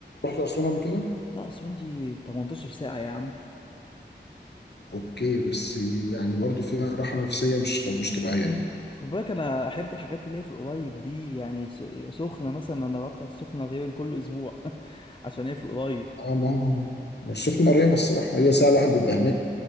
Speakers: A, on the left; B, on the left.
A: رحت اسوان قبل كده
B: لا اصلا دي 18 ساعة يا عم
A: اوكي بس يعني برضو فيها راحه نفسيه مش مش طبيعيه يعني
B: خد بالك انا احب الحاجات اللي هي في القريب دي يعني س- سخنة مثلا انا بطلع السخنة تقريبا كل اسبوع <laughs> عشان هي في القريب
A: اه ما ما السخنه قريبه الصراحه هي ساعه الواحد بيبقى هناك